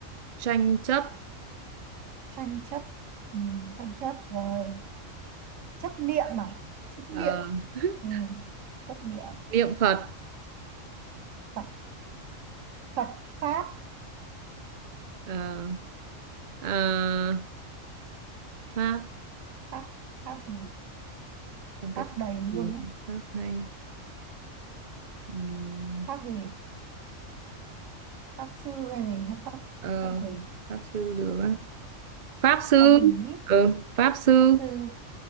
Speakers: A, on the right; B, on the right.
A: tranh chấp
B: Tranh chấp. Ừ, tranh chấp rồi. Chấp niệm à? Chấp
A: ờ,
B: niệm.
A: <laughs>
B: Ừ, chấp niệm.
A: niệm Phật
B: Phật. Phật Pháp.
A: ờ, ờ, pháp
B: Pháp. Pháp gì?
A: em cái
B: Pháp
A: pháp
B: đầy luôn
A: gì
B: á.
A: pháp hay Ừm,
B: Pháp gì? Pháp sư hay gì? Hay Pháp,
A: ờ,
B: pháp gì?
A: pháp sư được á pháp sư
B: Pháp lý.
A: ừ, pháp sư
B: Pháp sư.